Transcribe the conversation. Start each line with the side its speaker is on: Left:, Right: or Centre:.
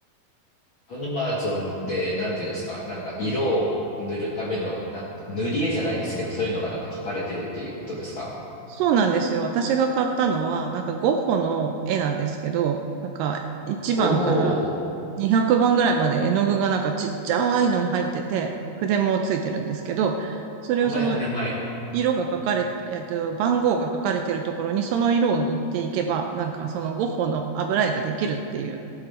Left: ー、アマゾンでなんていうんですか、なんか色を塗るための、なんか塗り絵じゃないですけど、そういうのがなんか書かれてるっていうことですか
Right: そうなんですよ。私が買ったのは、なんかゴッホの絵なんですけど、なんか1番から
Left: おー、
Right: 200番ぐらいまで絵の具がなんかちっちゃいのに入ってて、筆もついてるんですけど、それをその
Left: はいはいはい。
Right: 色が書かれ、えっと、番号が書かれてるところにその色を塗っていけば、なんかそのゴッホの油絵ができるっていう、